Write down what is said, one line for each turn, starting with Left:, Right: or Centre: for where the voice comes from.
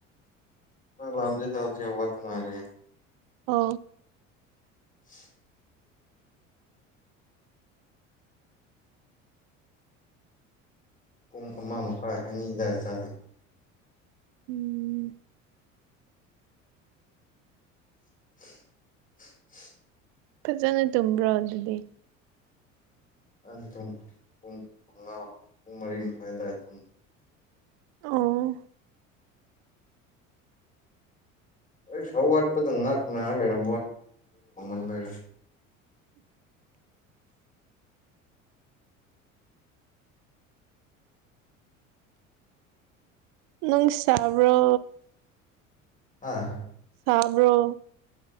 Left: ꯂꯗꯤ ꯇꯥꯎꯗꯔꯤ ꯋꯥꯗ ꯃꯥꯔꯦ
Right: ꯑ
Left: <inaudible> ꯄꯨꯡ ꯑꯃ ꯃꯈꯥꯏ ꯑꯅꯤꯗꯏ ꯆꯥꯖ
Right: ꯎꯝ
Left: <inaudible>
Right: ꯐꯖꯅ ꯇꯨꯝꯕ꯭ꯔꯣ ꯑꯗꯨꯗꯤ
Left: ꯑꯗꯨꯝ ꯄꯨꯡ ꯃꯉꯥ ꯄꯨꯡ ꯃꯔꯤ ꯃꯈꯥꯏꯋꯥꯏ ꯑꯗꯨꯝ
Right: ꯑꯥ
Left: ꯁꯧ ꯋꯥꯗ ꯄꯗꯨ ꯅꯀꯂ ꯃ
Right: ꯅꯪ ꯆꯕ꯭ꯔꯣ
Left: ꯑꯥ
Right: ꯊꯥꯕꯔꯣ